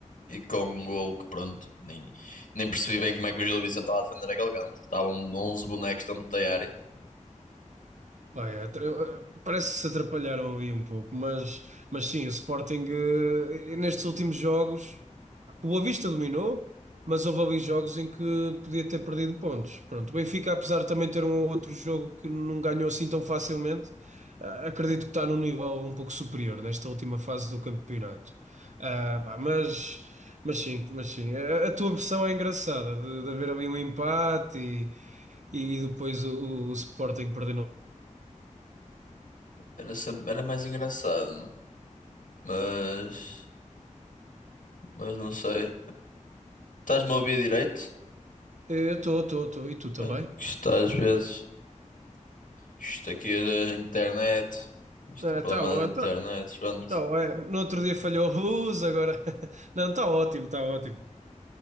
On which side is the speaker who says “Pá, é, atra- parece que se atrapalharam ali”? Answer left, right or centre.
Right